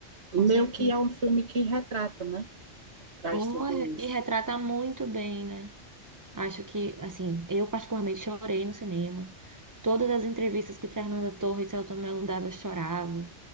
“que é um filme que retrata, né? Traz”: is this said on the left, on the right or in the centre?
Right